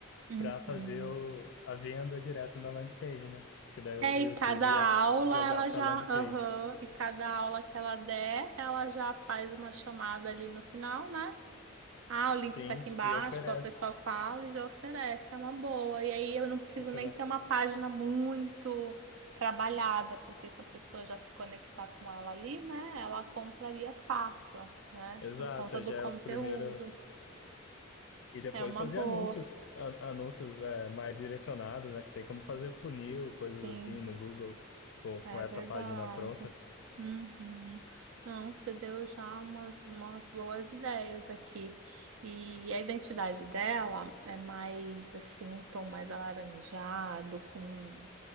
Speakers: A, on the right; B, on the left.
A: Uhum.
B: para fazer o, a venda direto na landing page, né? Que daí
A: É,
B: o, o
A: e
B: YouTube
A: cada aula
B: ia jogar
A: ela
B: para
A: já,
B: landing page.
A: aham, e cada aula que ela der, ela já faz uma chamada ali no final, né? Ah, o link
B: Sim,
A: tá aqui embaixo,
B: e oferece,
A: a pessoa fala e já oferece, é uma boa. E aí eu não preciso
B: oferece.
A: nem ter uma página muito trabalhada, porque se a pessoa já se conectar com ela ali, né, ela compraria fácil, né,
B: Exato,
A: por conta do
B: já
A: conteúdo.
B: é o primeiro. E depois
A: É uma
B: fazer
A: boa,
B: anúncios, an- anúncios é, mais direcionados, né? Que tem como fazer funil, coisas
A: sim.
B: assim no Google com,
A: É
B: com essa
A: verdade.
B: página pronta.
A: Uhum. Não, você deu já umas, umas boas ideias aqui. E a identidade dela é mais assim, um tom mais alaranjado, com